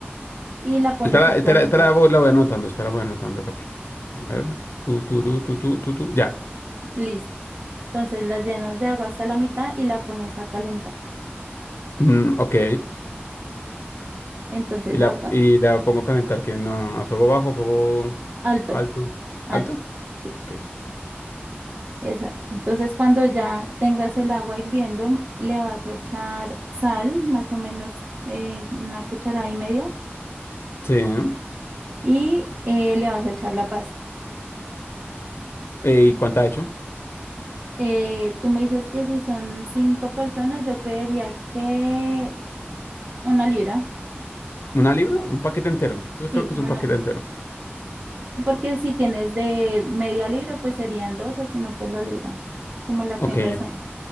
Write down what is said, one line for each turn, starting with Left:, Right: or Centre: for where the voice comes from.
Right: y la pones
Left: Espera,
Right: a
Left: espera,
Right: calentar.
Left: espera, voy- la voy anotando, espera, voy anotando rápido. A ver, tú, tú, tú, tú, tú, tú, tú, ya.
Right: Listo. Entonces la llenas de agua hasta la mitad y la pones a calentar.
Left: Mm, ok.
Right: Entonces
Left: Y la,
Right: ya, cua-
Left: y la pongo a calentar, que no, a fuego bajo, a fuego
Right: alto,
Left: alto.
Right: alto.
Left: ¿Alto?
Right: Sí.
Left: Ok.
Right: Exacto. Entonces, cuando ya tengas el agua hirviendo, le vas a echar sal, más o menos eh, una cucharada y media,
Left: Sí. ¿no?
Right: y eh, le vas a echar la pasta.
Left: Eh, ¿Y cuánta ha hecho?
Right: Eh, tú me dices que si son cinco personas, yo creería que una libra.
Left: ¿Una libra? Un paquete entero. Eso
Right: Sí,
Left: creo que
Right: una
Left: es un paquete
Right: libra.
Left: entero.
Right: Sí, porque si tienes de media libra, pues serían dos, o si no, pues la libra, como la tengas
Left: Ok,
Right: ahí.